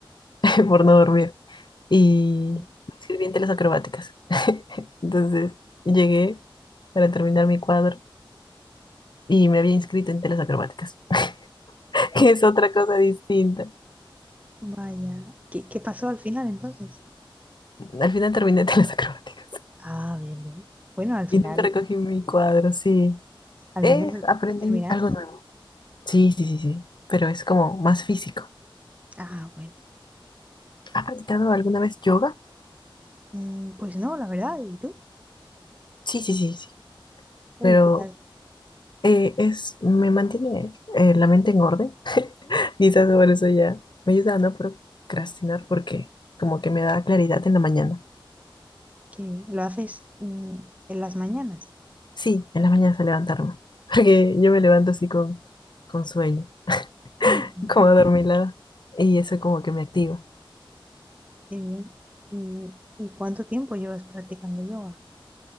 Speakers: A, on the left; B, on the right.
A: <laughs> por no dormir. Y
B: ay,
A: me inscribí en telas acrobáticas. <laughs> Entonces, llegué para terminar mi cuadro y me había inscrito en telas acrobáticas, <laughs> que es otra cosa distinta.
B: vaya. ¿Qué, qué pasó al final entonces?
A: Al final terminé telas acrobáticas.
B: Ah, bien, bien. Bueno, al final,
A: Y nunca recogí mi cuadro, sí.
B: al
A: Eh,
B: menos lo
A: aprendí
B: terminaste.
A: algo nuevo.
B: ¿no?
A: Sí, sí, sí, sí. Pero es como más físico.
B: Ah, bueno.
A: ¿Has practicado alguna vez yoga?
B: Mm, pues no, la verdad. ¿Y tú?
A: Sí, sí, sí, sí.
B: Uy,
A: Pero
B: ¿qué tal?
A: eh, es, me mantiene eh, la mente en orden. <laughs> Quizás por eso ya me ayuda a no procrastinar porque como que me da claridad en la mañana.
B: Qué bien. ¿Lo haces mm, en las mañanas?
A: Sí, en las mañanas a levantarme. <laughs> Porque yo me levanto así con, con sueño,
B: Mm,
A: <laughs> como adormilada. Y eso como que me activa.
B: qué bien. ¿Y, y cuánto tiempo llevas practicando yoga?